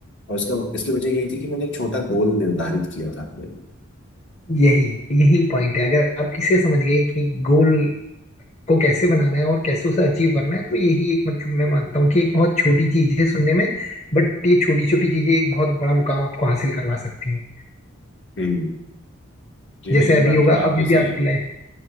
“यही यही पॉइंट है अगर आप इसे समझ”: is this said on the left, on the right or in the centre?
Left